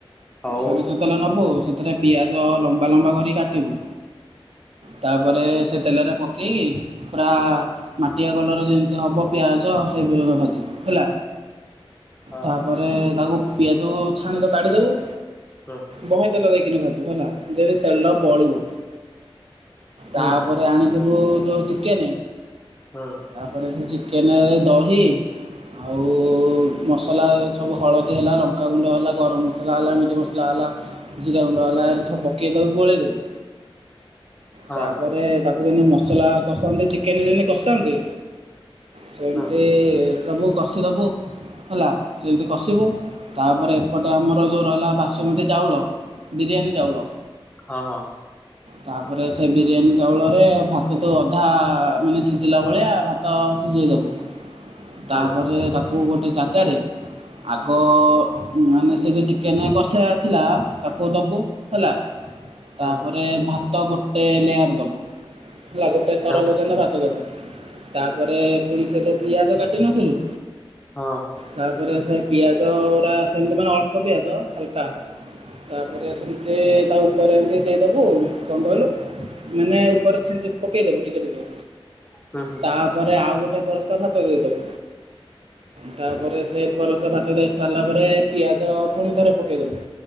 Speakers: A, on the left; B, on the right.
A: ହଉ
B: ଶୋରିଷ ତେଲ ନବୁ ସେଥିରେ ପିଆଜ ଲମ୍ବା ଲମ୍ବା କର କାଟିବୁ। ତାପରେ ସେ ତେଲରେ ପକେଇକି ପୁରା ମାଟିଆ କଲର ଯେମତି ହେବ ପିଆଜ ସେଇ ପର୍ଯ୍ୟନ୍ତ ଭାଜିବୁ ହେଲା।
A: ହଁ।
B: ତାପରେ ତାକୁ ପିଆଜକୁ ଛାଣିତ କାଢିଦୋବୁ।
A: ହଁ।
B: ବହେ ତେଲ ଦେଇକିନି ଭାଜିବୁ ହେଲା ଯେତି ତେଲ ବଳିବ
A: ହୁଁ
B: ତାପରେ ଆଣିବୁ ସବୁ ଯୋଉ ଚିକେନେ
A: ହଁ।
B: ତାପରେ ସେ ଚିକେନରେ ଦହି ଆଉ ମସଲା ସବୁ ହଳଦୀ ହେଲା, ଲଙ୍କାଗୁଣ୍ଡ ହେଲା, ଗରମ ମସଲା ହେଲା, ମିଟ୍ ମସଲା ହେଲା ଜିରା ଗୁଣ୍ଡ ହେଲା ଏରା ସବୁ ପକେଇ ତାକୁ ଗୋଳେଇଦୋବୁ
A: ହଁ
B: ତାପରେ ତା ବିରିୟାନୀ ମସଲା କଷାନ୍ତି ଚିକେନ୍ ଯେମତି କଷନ୍ତି ସେମତି
A: ହୁଁ
B: ଦବୁ କଷିଦବୁ। ହେଲା ସେମିତି କଷିବୁ ତାପରେ ଏପଟେ ଆମର ଯୋଉ ରହିଲା ବାସୁମତୀ ଚାଉଳ ବିରିୟାନୀ ଚାଉଳ।
A: ହଁ ହଁ।
B: ତା ପରେ ସେ ବିରିୟାନୀ ଚାଉଳରେ ଭାତ ତ ଅଧା ମାନେ ସିଝିଲା ଭଳିଆ ଭାତ ସିଝାଇ ଦବୁ।
A: ହୁଁ
B: ତାପରେ ତାକୁ ଗୋଟେ ଜାଗାରେ ଆଗ ମାନେ ସେ ଯେଉ ଚିକେନ୍ କଷା ଥିଲା ତାକୁ ଦବୁ ହେଲା ତାପରେ
A: ହୁଁ
B: ଭାତ ଗୋଟେ ଲେୟାର ଦବୁ ହେଲା ଗୋଟେ ତର
A: ତାପରେ
B: ପର୍ଯ୍ୟନ୍ତ ଭାତ ଦବୁ। ତାପରେ ପୁଣି ସେ ଯୋଉ ପିଆଜ କାଟି ନଥିଲୁ
A: ହଁ
B: ତାପରେ ସେ ପିଆଜ ଓରା ସେମିତି ମାନେ ଅଳ୍ପ ପିଆଜ ଆଲ ତା ତାପରେ ସେମିତି ତା ଉପରେ ଏମିତି ଦେଇଦେବୁ କ ଣ କହିଲୁ ମାନେ ଉପରେ ଛିଞ୍ଚି ପକେଇଦବୁ ଟିକେ ଟିକେ
A: ହୁଁ ହୁଁ
B: ତାପରେ ଆଉ ଗୋଟେ ପରସ୍ଥ <unintelligible> ଦେଇଦବୁ ତାପରେ ସେ ପରସ୍ଥ ଭାତ ଫାତ ଦେଇ ସାରିଲା ପରେ ପିଆଜ ପୁଣି ଥରେ ପକେଇ ଦିବୁ